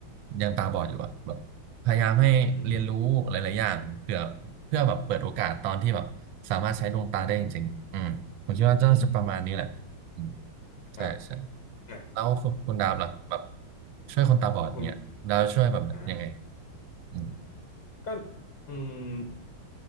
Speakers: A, on the right; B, on the left.
A: ยังตาบอดอยู่อะแบบพยายามให้เรียนรู้หลายๆอย่างเพื่อเพื่อแบบเปิดโอกาสตอนที่แบบสามารถใช้ดวงตาได้จริงๆอืมผมคิดว่าน่าจะประมาณนี้แหละอืม
B: อืมอืมครับ
A: ใช่ใช่
B: อ่า
A: แล้วคุณคุณดาบล่ะแบบช่วยคนตาบอดอย่างเงี้ยดาวช่วยแบบยังไง
B: ผมอ่า
A: อืม
B: ก็อืม